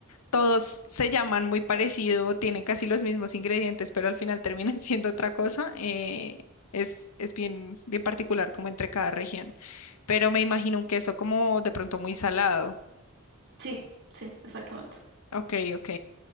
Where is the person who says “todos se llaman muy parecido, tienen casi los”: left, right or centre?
Left